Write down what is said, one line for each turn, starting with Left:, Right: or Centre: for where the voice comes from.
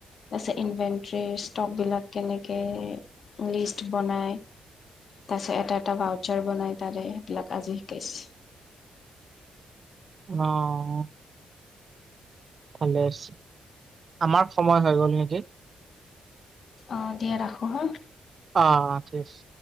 Left: তাৰপিছত ইনভেনটৰীৰ ষ্টকবিলাক কেনেকে লিষ্ট বনাই তাৰপিছত এটা এটা ভাউচাৰ বনাই তাৰে সেইবিলাক আজি শিকাইছে।
Right: অ'। ভালে আছে। আমাৰ সময় হৈ গল নেকি?
Left: অ' দিয়া ৰাখো হা।
Right: অ', অ' ঠিক আছে।